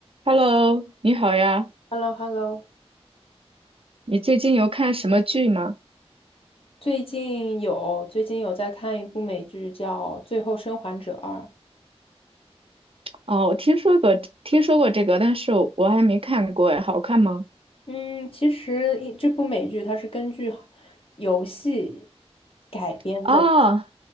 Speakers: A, on the right; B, on the left.
A: Hello，你好呀，
B: h e l l o h e l l o
A: 你最近有看什么剧吗？
B: 最近有最近有在看一部美剧叫《最后生还者二》。
A: 哦，我听说过，听说过这个，但是我我还没看过哎，好看吗？
B: 嗯，其实一这部美剧它是根据游戏改编的，
A: 哦